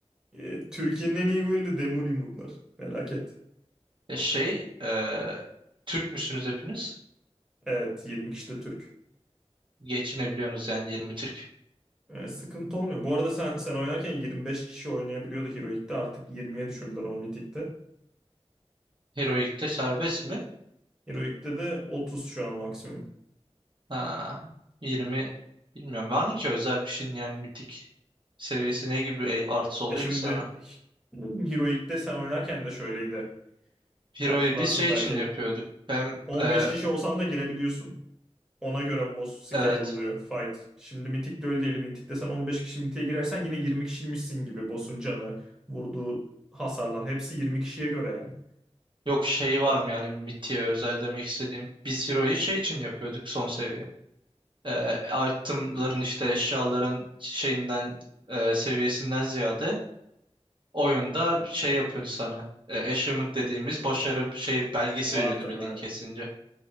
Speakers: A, in the centre; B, on the right (about 45°).
A: E, Türkiye'nin en iyi guildi Demir Yumruklar. Felaket.
B: E şey, e, Türk müsünüz hepiniz?
A: Evet 20 kişi de Türk.
B: Geçinebiliyorsunuz yani 20 Türk.
A: E, sıkıntı olmuyor. Bu arada sen sen oynarken 25 kişi oynayabiliyordu Heroic'te. Artık 20'ye düşürdüler o Mythic'te.
B: Heroik'te serbest mi?
A: Heroic'te de 30 şu an maksimum.
B: Ha, 20 bilmiyorum. Var mı ki özel bir şeyin yani mitik seviyesi ne gibi e- artısı oluyor
A: E şimdi
B: ki sana?
A: Heroic'te sen oynarken de şöyleydi.
B: Hero'yu
A: Hatırlarsın
B: biz şey için
A: belki.
B: yapıyorduk. Hem
A: 15
B: e,
A: kişi olsan da girebiliyorsun. Ona göre boss scale
B: evet.
A: oluyor fight. Şimdi Mythic'te öyle değil. Mythic'te sen 15 kişi Mythic'e girersen yine 20 kişiymişsin gibi. Boss'un canı, vurduğu hasarlar hepsi 20 kişiye göre yani.
B: Yok şey var
A: O,
B: mı yani mitiğe özel demek istediğim. Biz Hero'yu şey için yapıyorduk son seviye. e, itemların işte eşyaların şeyinden e, seviyesinden ziyade oyunda şey yapıyordu sana. E, achievement dediğimiz başarı şey belgesi
A: var
B: veriyordu
A: tabii
B: bildiğin
A: aynen.
B: kesince.